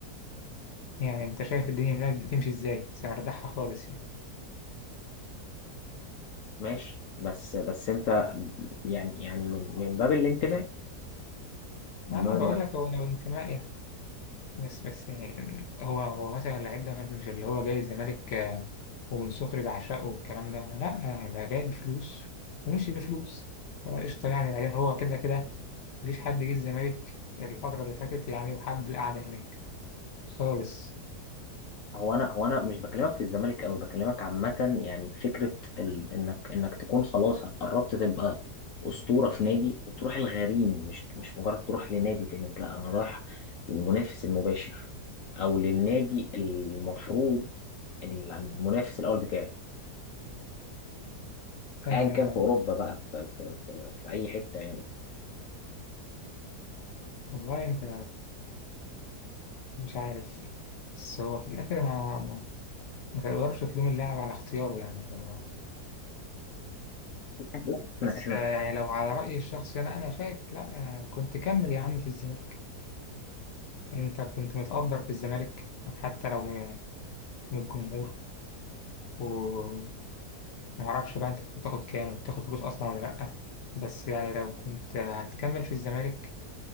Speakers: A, on the left (about 85°); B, on the left (about 65°).
A: يعني انت شايف الدنيا هناك بتمشي ازاي بس مرتاحة خالص يعني
B: ماشي بس بس انت يعني يعني من من باب الانتماء
A: ما
B: من
A: ما
B: باب
A: بقول لك هو لو انتماء يعني بس بس يعني هو هو مثلا اللعيب ده مش اللي هو جاي الزمالك آه، ومن سكري بعشقه والكلام ده لا آه، ده جاي بفلوس ومشي بفلوس فقشطة يعني بعدين هو كده كده مفيش حد جه الزمالك الفترة اللي فاتت يعني وحب القعدة هناك خالص
B: هو انا هو انا مش بكلمك في الزمالك قوي بكلمك عامه يعني فكره ال... انك انك تكون خلاص قربت تبقى اسطوره في نادي وتروح الغريم مش مش مجرد تروح لنادي تاني لا انا رايح للمنافس المباشر او للنادي المفروض ال- المنافس الاول بتاعي
A: آه
B: ايا كان في اوروبا بقى في في في, في اي حته يعني
A: والله أنت مش عارف بس هو في الآخر ما ما, ما ما تقدرش تلوم اللاعب على اختياره يعني هو
B: لا
A: بس
B: احنا
A: آه
B: احنا
A: يعني لو على رأيي الشخصي أنا أنا شايف لا آه كنت كمل يا عم في الزمالك انت كنت متقدر في الزمالك حتى لو من من الجمهور ومعرفش بقى انت كنت بتاخد كام وبتاخد فلوس اصلا ولا لأ بس يعني لو كنت هتكمل في الزمالك